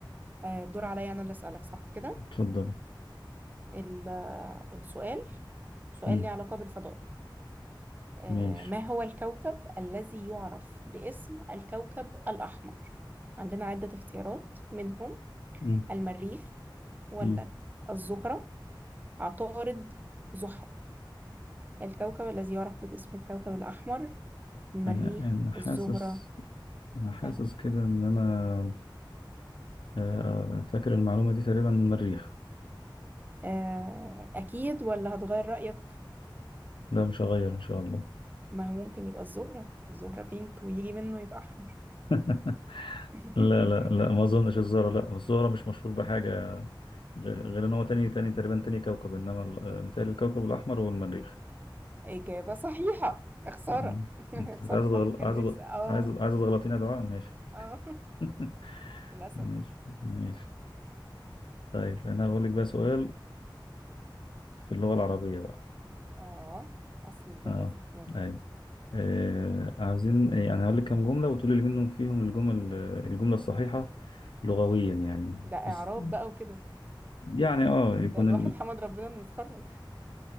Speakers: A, on the right; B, on the left.
A: آه... دور عليا انا اللي اسألك صح كده
B: اتفضل
A: ال- السؤال سؤال
B: مم.
A: ليه علاقة بالفضاء آه،
B: ماشي
A: ما هو الكوكب الذي يعرف باسم الكوكب الأحمر؟ عندنا عدة اختيارات منهم
B: مم.
A: المريخ ولا
B: مم.
A: الزهرة عطارد زحل الكوكب الذي يعرف باسم الكوكب الأحمر المريخ
B: انا انا حاسس
A: الزهرة
B: انا حاسس
A: ها،
B: كده ان انا آه، آه، فاكر المعلومه دي تقريبا من المريخ
A: آه، أكيد ولا هتغير رأيك؟
B: لا مش هغير ان شاء الله
A: ما هو ممكن يبقى الزهرة الزهرة بينك ويجي منه يبقى أحمر
B: <laughs>
A: <laughs>
B: لا لا لا ما اظنش الزهرة لا الزهرة مش مشهور بحاجة غ- غير ان هو تاني تاني تقريبا تاني كوكب انما ال- آه،
A: آه،
B: متهيألي الكوكب الاحمر هو المريخ
A: إجابة صحيحة خسارة
B: مم.
A: <laughs>
B: انت كنت
A: خسارة
B: عايز
A: الواحد
B: أتغل-
A: كان
B: عايز
A: نفسه
B: أت-
A: اه
B: عايز عايز تغلطينا يا دعاء ماشي
A: اه
B: <laughs>
A: <laughs> للأسف
B: ماشي ماشي طيب انا هقول لك بقى سؤال في اللغة العربية بقى
A: اه أصل اللغة
B: اه
A: دي يلا
B: اي آه عاوزين يعني انا هقول لك كام جملة وتقولي لي منهم فيهم الجمل الجملة الصحيحة لغويا يعني
A: ده إعراب
B: بس
A: بقى وكده
B: يعني اه يكون
A: ده الواحد حمد ربنا إنه اتخرج